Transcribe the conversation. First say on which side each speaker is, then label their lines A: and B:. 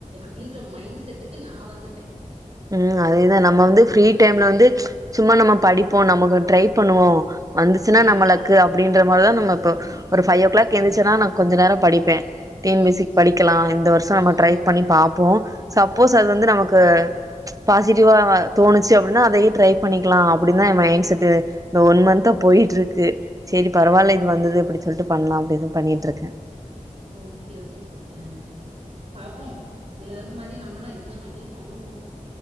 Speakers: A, on the right; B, on the right.
A: அப்டின்ற மைண்ட செட்டுக்கு நா வந்துட்டே
B: ம் அதேதா நம்ம வந்து பி ஃரீ
A: ம்
B: டைம்ல வந்து சும்மா நம்ம படிப்போ நமக்கு ட்ரை பண்ணுவோ வந்துச்சுன்னா
A: ம்
B: நம்ம லக் அப்டின்ற மாரி தா நம்ம இப்ப ஒரு ஃபை ஓ கிளாக் எந்திரிச்சனா நா கொஞ்ச நேரோ படிப்பே டி
A: ம்
B: என் பி சி படிக்கலா இந்த வருஷோ
A: ம்
B: நம்ம ட்ரை பண்ணி பாப்போ சப்போஸ் அது வந்து நமக்கு பாசிட்டிவா தோணுச்சி அப்டினா அதையே ட்ரை பண்ணிக்கலா அப்படின் தா எ மைண் செட்டு இந்த ஒன் மந்த்தா போய்ட்டு இருக்கு செரி பரவாயில்ல இது வந்தது எப்டி சொல்ட்டு பண்லா அப்டிதா பண்ணிட்ருக்க
A: ஓகே ஓகே சிஸ்டர் பாப்போம் எல்லாரு மாதி நம்மலா எக்ஸாம் அட்டன் பண்ணுவோ